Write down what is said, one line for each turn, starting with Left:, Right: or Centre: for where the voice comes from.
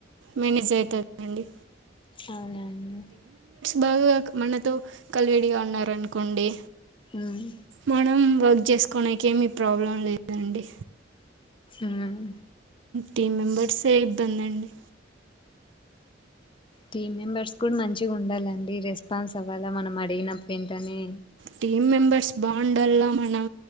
Right: మేనేజ్ అవుతుంది అండి
Left: అవునా అండి
Right: బాగా మనతో కల్వేడిగా ఉన్నారనుకోండి
Left: ఉమ్
Right: మనం వర్క్ చేసుకోడానికి ఏమీ ప్రాబ్లం లేదండి
Left: మ్మ్
Right: టీమ్ మెంబర్సే ఇబ్బంది అండి
Left: టీమ్ మెంబర్స్ కూడా మంచిగా ఉండాలండి రెస్పాన్స్ అవ్వాలా మనం అడిగినప్పుడు వెంటనే
Right: టీమ్ మెంబర్స్ బాండ్ల్లా మన